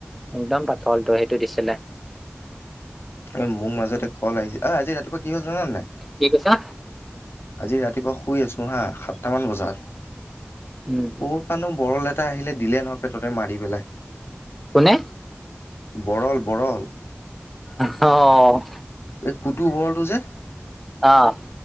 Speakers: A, in the centre; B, on the left.
A: একদম পাতলটো সেইটো দিছিলে
B: এ মোৰ মাজতে কল আহিছে ঐ আজি ৰাতিপুৱা কি হল জানে নে নাই
A: কি কৈছা
B: আজি ৰাতিপুৱা শুই আছো হা সাতটামান বজাত
A: উম
B: ও কপানো বৰল এটা আহিলে দিলে নহয় পেটতে মাৰি পেলাই
A: কোনে
B: বৰল বৰল
A: অ
B: এই কুতু বৰলটো যে
A: অ